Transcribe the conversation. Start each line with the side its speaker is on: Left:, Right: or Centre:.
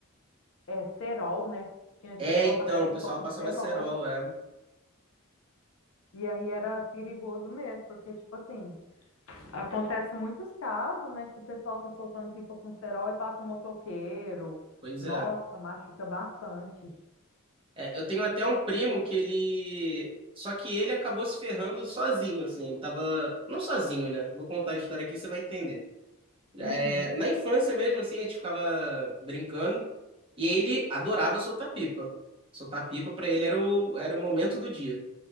Left: é, cerol, né? Tinha
Right: É,
Left: gente que soltava
Right: então,
Left: pipa
Right: o pessoal
Left: com
Right: passava
Left: cerol.
Right: cerol, é.
Left: E aí era perigoso mesmo, porque, tipo assim, acontece muitos casos, né? Que o pessoal tá soltando pipa com cerol e passa um motoqueiro.
Right: Pois
Left: Nossa,
Right: é.
Left: machuca bastante.
Right: É, eu tenho até um primo que ele. Só que ele acabou se ferrando sozinho, assim. Ele tava. Não sozinho, né? Vou contar a história aqui, você vai entender. É,
Left: Uhum.
Right: na infância mesmo, assim, a gente ficava brincando. E ele adorava soltar pipa. Soltar pipa pra ele era o, era o momento do dia.